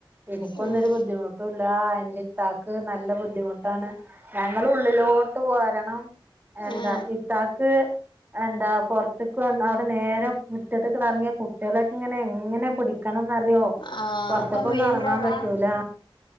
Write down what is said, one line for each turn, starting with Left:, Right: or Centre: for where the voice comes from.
Right: എനിക്കൊന്നും
Left: ഉം
Right: ഒരു ബുദ്ധിമുട്ടുംല്ല എന്റെ ഇത്താക്ക് നല്ല ബുദ്ധിമുട്ടാണ് ഞങ്ങള് ഉള്ളിലോട്ട് പോരണം എന്താ
Left: ആ
Right: ഇത്താക്ക് എന്താ പൊറ ത്ത് വന്നാ അവിടെ നേരെ മുറ്റത്ത്ക്ക എറങ്ങിയാ കുട്ടികളൊക്കെ ഇങ്ങനെ എങ്ങനെ പിടിക്കണംന്ന് അറിയോ
Left: ആ
Right: പൊറത്ത്ക്കൊന്നും
Left: അപ്പൊ മെയിൻ
Right: എറങ്ങാൻ
Left: റോഡാ
Right: പറ്റൂല